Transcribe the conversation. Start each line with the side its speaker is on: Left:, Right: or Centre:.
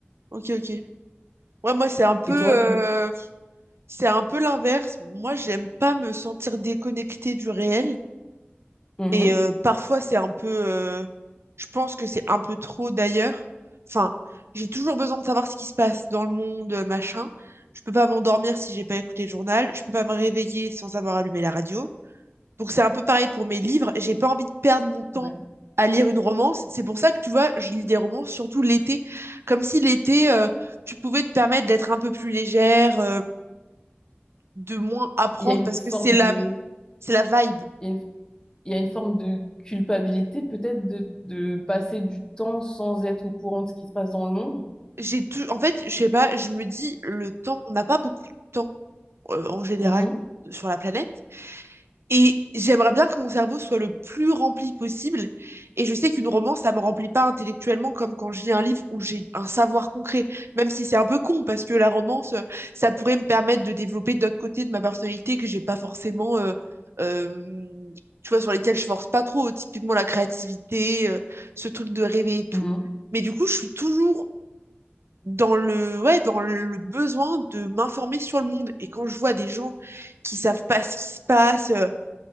Right: OK, OK. Ouais, moi, c'est un peu,
Left: Et toi,
Right: heu,
Left: de-
Right: c'est un peu l'inverse. Moi, j'aime pas me sentir déconnectée du réel.
Left: Mhm.
Right: Et euh, parfois, c'est un peu... euh, je pense que c'est un peu trop d'ailleurs. Enfin, j'ai toujours besoin de savoir ce qui se passe dans le monde, euh, machin. Je peux pas m'endormir si j'ai pas écouté le journal. Je peux pas me réveiller sans avoir allumé la radio. Donc c'est un peu pareil pour mes livres. J'ai pas envie de perdre mon temps
Left: Ouais.
Right: à lire une romance. C'est pour ça que tu vois, je lis des romances surtout l'été. Comme si l'été, euh, tu pouvais te permettre d'être un peu plus légère, euh, de moins apprendre
Left: Il y a une
Right: parce
Left: forme
Right: que c'est la,
Left: de
Right: c'est la vibe.
Left: il y a une, il y a une forme de culpabilité peut-être de, de passer du temps sans être au courant de ce qui se passe dans le monde.
Right: j'ai tout, en fait, je sais pas, je me dis, le temps, on n'a pas beaucoup de temps, euh, en général,
Left: Mhm,
Right: sur la planète. Et j'aimerais bien que mon cerveau soit le plus rempli possible. Et je sais qu'une romance, ça me remplit pas intellectuellement comme quand je lis un livre où j'ai un savoir concret, même si c'est un peu con, parce que la romance, euh, ça pourrait me permettre de développer d'autres côtés de ma personnalité que j'ai pas forcément, euh, euh, tu vois, sur lesquels je force pas trop, typiquement la créativité, euh, ce truc de rêver et tout.
Left: mhm,
Right: Mais du coup, je suis toujours dans le, ouais, dans le besoin de m'informer sur le monde. Et quand je vois des gens qui savent pas ce qui se passe, euh,